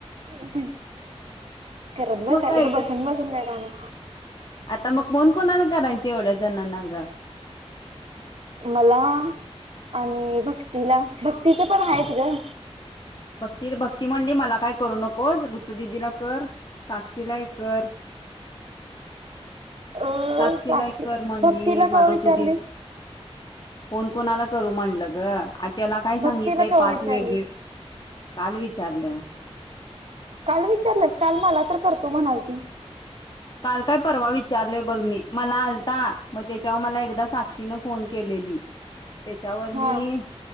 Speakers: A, on the right; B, on the left.
A: हम् हम! करत बसायला
B: मग काय
A: तर बसून बसून करणार.
B: आता मग फोन कोणाला करायच एवढ्या जणना ग.
A: मला आणि भक्तीला. भक्तीचं पण आहेच ग.
B: भक्ती भक्ती म्हणली मला काय करू नकोस ऋतुददीला कर साक्षीलायकर
A: अ
B: साक्षीलाय
A: साक्षीला
B: कर म्हण
A: भक्तीला
B: मडव
A: कवा विचारलीस
B: तुरी कोण कोणाला करू म्हणलं ग आ त्याला काय सांगितलंय
A: भक्तीला केव्हा
B: पाच
A: विचारलीस
B: वेगे काल विचारलं
A: काल विचारलंस काल मला तर करतो म्हणालदीी
B: काल काय परवा विचारलय बघ मी मला आलता मग त्यावर मला एकदा साक्षीन फोन केलेली त्याच्यावर
A: हा
B: मी